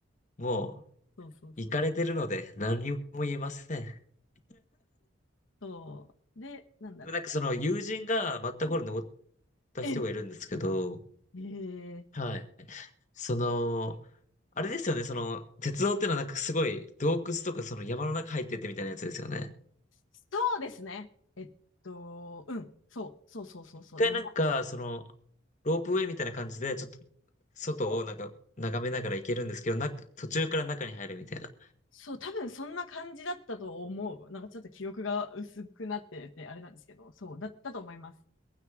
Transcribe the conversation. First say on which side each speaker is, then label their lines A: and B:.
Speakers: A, on the left; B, on the left.
A: も
B: そうそうそう。
A: う、行かれてるので、何にも言えません。で
B: そう。で、なんだろ
A: もなんかその友人がマッターホルン登っ
B: う。
A: た人がいるんですけど、
B: え、えー
A: はい。その、あれですよね、その、鉄道ってのはなんかすごい洞窟とかその山の中入ってってみたいなやつですよね。
B: そうですね。えっと、うん。そう、そうそうそうそう。
A: 一回なんか、
B: 山
A: その、ロープウェイみたいな感じで、ちょっと外をなんか眺めながら行けるんですけど、
B: と、
A: な、途中から中に入るみたいな。
B: そう、多分そんな感じだったと思う。なんかちょっと記憶が薄くなってて、あれなんですけど、そう、だったと思います。